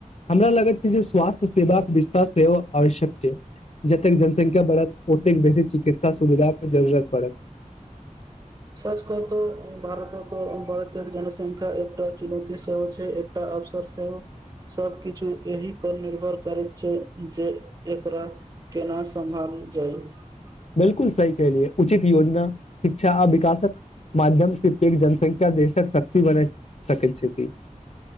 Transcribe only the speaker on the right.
सच कहु त भारतक बढैत जनसंखा एकटा चुनती सेहो छै एकटा अवसर सेहो सबकछु एहि पर निर्भर करैत छै जे एकरा केना सम्भाल ज <unintelligible>